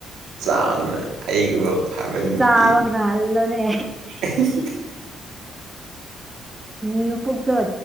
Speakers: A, on the right; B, on the right.
A: ꯆꯥꯎꯅ ꯑꯩꯥ ꯃꯨꯛ ꯐꯥꯕ ꯅꯨꯄꯤ
B: ꯆꯥꯕꯒ ꯍꯜꯂꯣꯅꯦ
A: <unintelligible>
B: ꯅ꯭ꯌꯨꯄꯨꯛꯇꯣ <unintelligible>